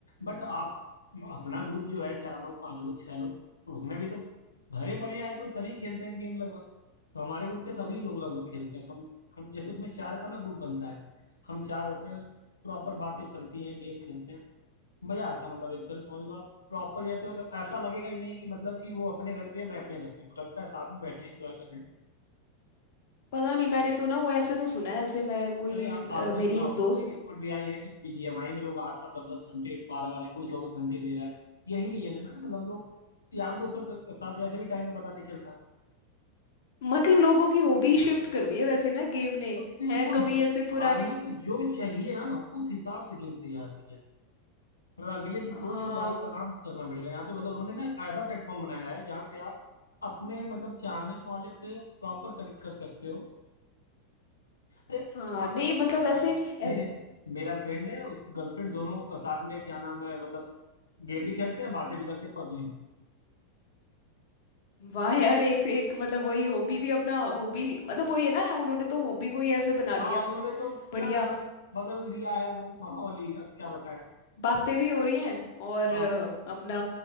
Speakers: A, on the left (about 75°); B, on the left (about 50°).
A: बट आप अपना ग्रुप जो है चार लोग पांच लोग छह लोग तो उसमें भी तो भरे पड़े हैं, आजकल सभी खेलते हैं गेम लगभग तो हमारे ग्रुप के सभी लोग लगभग खेलते हैं तो हम हम जैसे उसमें चार का ना ग्रुप बनता है हम चार होते हैं प्रॉपर बातें चलती हैं गेम खेलते हैं मजा आता है मतलब एक तरह से समझ लो आप प्रॉपर जैसे वो लग- ऐसा लगेगा ही नहीं कि मतलब कि वो अपने घर पे है मैं अपने घर पे हूँ। लगता है साथ में बैठे हैं, एंजॉय कर रहे हैं
B: पता नहीं मैंने तो ना वो ऐसे तो सुना है ऐसे मैं कोई
A: अरे आ,
B: अ,
A: आपने
B: मेरी
A: सुना
B: एक
A: होगा
B: दोस्त
A: कई रिपोर्ट भी आई है कि बीजीएमआई में लोग आठ आठ दस दस घंटे बारह बारह कोई चौबीस घंटे दे रहा है यही रीजन है ना मतलब लोग यार दोस्तों के साथ वैसे भी टाइम का पता नहीं चलता
B: मतलब लोगों की हॉबी शिफ्ट कर दी है वैसे ना गेम ने
A: तो बिल्कुल
B: है कभी
A: बिल्कुल
B: ऐसे पुराने
A: आदमी को जो चाहिए ना उस हिसाब से गेम तैयार किया है मतलब अगले की सोच
B: हाँ
A: को भाई सलाम करना पड़ेगा यहाँ पे मतलब उन्होंने ना ऐसा प्लेटफॉर्म बनाया है जहाँ पे आप अपने मतलब चाहने वाले से प्रॉपर कनेक्ट कर सकते हो अरे
B: हाँ
A: आपको
B: नहीं
A: छोड़
B: मतलब
A: मैं बताऊं
B: ऐसे
A: मेरे
B: ऐस
A: मेरे- मेरा फ्रेंड है उसकी गर्लफ्रेंड दोनों साथ में क्या नाम है मतलब गेम भी खेलते हैं बातें भी करते हैं पबजी में
B: वाह यार एक एक मतलब वही हॉबी भी अपना हॉबी मतलब वही है ना उन्होंने तो हॉबी को ही ऐसे बना
A: हाँ
B: दिया
A: उन्होंने तो पूरा
B: बढ़िया
A: एकदम बदल दिया है वो माहौल ही अब क्या बताएं
B: बातें भी हो रही हैं और
A: हाँ
B: अ, अपना